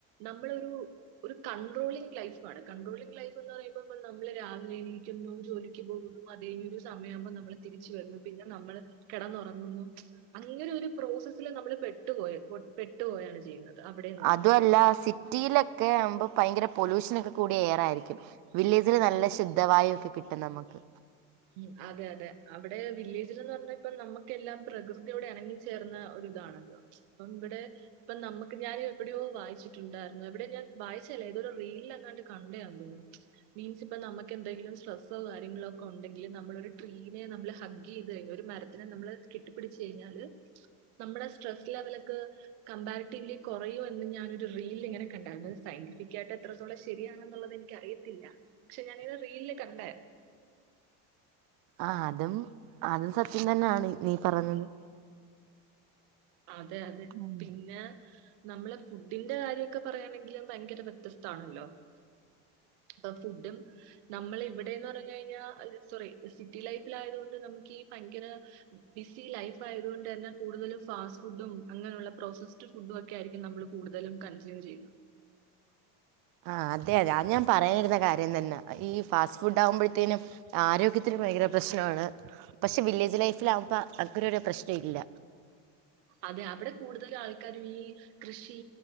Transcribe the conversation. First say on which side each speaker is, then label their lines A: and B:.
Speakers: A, on the right (about 75°); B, on the right (about 60°).
A: നമ്മളൊരു ഒരു കൺട്രോളിംഗ് ലൈഫാണ്. കൺട്രോളിംഗ് ലൈഫ് എന്ന് പറയുമ്പോ ഇപ്പം നമ്മള് രാവിലെ എണീക്കുന്നു ജോലിക്ക് പോകുന്നു അതഴിഞ്ഞ് ഒരു സമയമാകുമ്പോൾ നമ്മള് തിരിച്ച് വരുന്നു പിന്നെ നമ്മൾ കെടന്നൊറങ്ങുന്നു. അങ്ങനെ ഒരു പ്രോസസ്സില് നമ്മൾ പെട്ടുപോയ പെട്ടുപോയാണ് ചെയ്യുന്നത് അവിടെ എന്ന് പറയുന്നത്
B: അതുവല്ല സിറ്റിയിലൊക്കെ ആകുമ്പോ ഭയങ്കര പൊല്യൂഷൻ ഒക്കെ കൂടിയ എയറായിരിക്കും. വില്ലേജില് നല്ല ശുദ്ധവായു ഒക്കെ കിട്ടും നമുക്ക്.
A: ഉം അതെ അതെ. അവടെ വില്ലേജിലെന്ന് പറഞ്ഞ ഇപ്പം നമ്മക്കെല്ലാം പ്രകൃതിയോട് എണങ്ങിച്ചേർന്ന ഒരു ഇതാണല്ലോ? അപ്പം ഇവിടെ ഇപ്പം നമ്മക്ക് ഞാനും എവിടെയോ വായിച്ചിട്ടുണ്ടായിരുന്നു എവിടെയോ ഞാൻ വായിച്ചതല്ല ഏതൊരു റീലിൽ എങ്ങാണ്ട് കണ്ടയാന്നു തോന്നുന്നു മീൻസ് ഇപ്പം നമക്ക് ക്കെണ്ടെങ്കിലും സ്ട്രസ്സോ കാര്യങ്ങളോ ഒക്കെ ഉണ്ട് ങ്കില് നമ്മള് ഒരു ട്രീനെ നമ്മള് ഹഗ് ചെയ്ത് കഴിഞ്ഞ ഒരു മരത്തിനെ നമ്മള് കെട്ടി പിടിച്ച് കഴിഞ്ഞാല് നമ്മുടെ സ്ട്രെസ് ലെവല് ഒക്കെ കമ്പാരിറ്റീവിലി കുറയും എന്ന് ഞാനൊരു റീൽ ഇങ്ങനെ കണ്ടായിരുന്നു. സയന്റിഫിക്കായിട്ട് എത്രത്തോളം ശരിയാണെന്നുള്ളത് എനിക്ക് അറിയത്തില്ല. പക്ഷെ ഞാനേതോ റീലില് കണ്ടായിരുന്നു.
B: ആ അതും അതും സത് ത്യം തന്നെയാണ് നീ പറഞ്ഞത്
A: അതെ അതെ
B: ഉം
A: പിന്നെ നമ്മള് ഫുഡിന്റെ കാര്യൊക്കെ പറയാണെങ്കിലും ഭയങ്കര വ്യത്യസ്താണല്ലോ? അപ്പ ഫുഡും നമ്മൾ ഇവിടെന്ന് പറഞ്ഞു കഴിഞ്ഞാ, സോറി സിറ്റി ലൈഫിൽ ആയതുകൊണ്ട് നമുക്ക് ഈ ഭയങ്കര ബിസി ലൈഫ് ആയതുകൊണ്ട് തന്നെ കൂടുതലും ഫാസ്റ്റ് ഫുഡും അങ്ങനെയുള്ള പ്രോസസ്ഡ് ഫുഡും ഒക്കെ ആയിരിക്കും നമ്മൾ കൂടുതലും കൺസ്യൂം ചെയ്യുന്നത്.
B: ആ അതെ അതെ അത് ഞാൻ പറയാനിരുന്ന കാര്യം തന്നാ. ഈ ഫാസ്റ്റ് ഫുഡ് ആകുമ്പോഴത്തേനും ആരോഗ്യത്തിന് ഭയങ്കര പ്രശ്നമാണ്. പക്ഷേ വില്ലേജ് ലൈഫിൽ ആകുമ്പ അങ്ങനെ ഒരു പ്രശ്നം ഇല്ല.
A: അതെ അവടെ കൂടുതലും ആൾക്കാരും ഈ കൃഷി